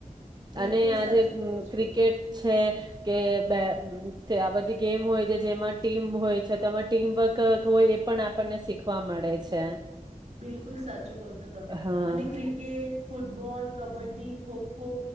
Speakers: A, on the right (about 60°); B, on the right (about 30°).
A: બિલકુલ
B: અને આજે
A: સાચું કહો છો
B: ક્રિકેટ છે કે બે આ બધી ગેમ હોય છે જેમાં ટીમ હોય છે તોમાં ટીમ વર્ક હોય એ પણ આપ આપણને શીખવા મળે છે
A: બિલકુલ સાચું કહ છો તમે
B: હા
A: અને ક્રિકેટ ફૂટબોલ કબડ્ડી હો